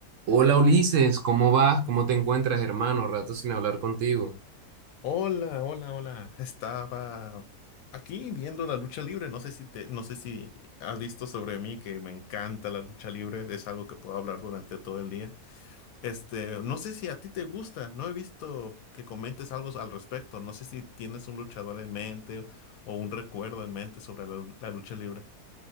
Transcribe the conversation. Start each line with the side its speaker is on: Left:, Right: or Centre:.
Right: Hola Ulises, ¿cómo vas? ¿Cómo te encuentras, hermano? Rato sin hablar contigo.
Left: Hola, hola, hola. Estaba aquí viendo la lucha libre. No sé si te, no sé si has visto sobre mí que me encanta la lucha libre. Es algo que puedo hablar durante todo el día. Este, no sé si a ti te gusta. No he visto que comentes algo al respecto. No sé si tienes un luchador en mente o un recuerdo en mente sobre la, la lucha libre.